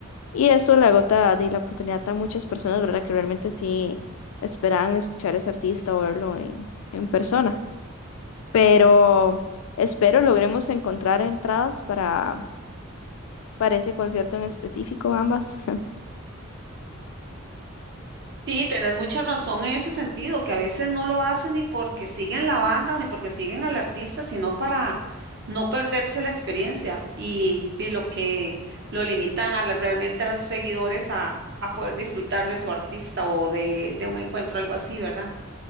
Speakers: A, on the left (about 80°); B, on the right (about 55°).
A: Y eso le agota de la oportunidad a muchas personas, ¿verdad? Que realmente sí esperaban escuchar a ese artista o verlo en, en persona pero espero logremos encontrar entradas para, para ese concierto en específico, ambas. <laughs>
B: Sí, tenés mucha razón en ese sentido, que a veces no lo hacen ni porque siguen la banda o ni porque siguen al artista, sino para no perderse la experiencia y, y lo que lo limitan a la- realmente a los seguidores a, a poder disfrutar de su artista o de, de un encuentro, algo así, ¿verdad?